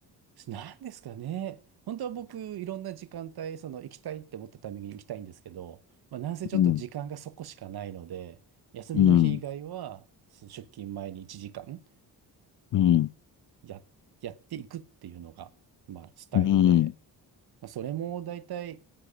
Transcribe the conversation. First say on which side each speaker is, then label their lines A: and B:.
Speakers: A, on the right; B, on the left.
A: なんですかね。本当は僕、いろんな時間帯、その行きたいって思ったタイミングに行きたいんですけど、まあ、なんせちょっと時間がそこしかないので、
B: うん。
A: 休みの日以外は、
B: うん。
A: その出勤前に1時間
B: うん。
A: や、やっていくっていうのが、まあ、スタイルで、
B: うん。
A: まあ、それもだいたい